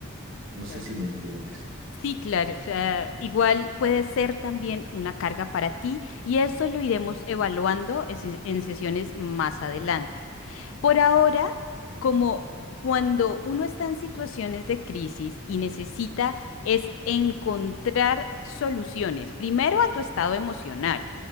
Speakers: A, on the right; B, on the left.
A: No
B: claro.
A: sé si me entiendes.
B: Sí, claro, o sea, igual puede ser también una carga para ti y eso lo iremos evaluando en se- en sesiones más adelante. Por ahora, como cuando uno está en situaciones de crisis y necesita es encontrar soluciones, primero a tu estado emocional,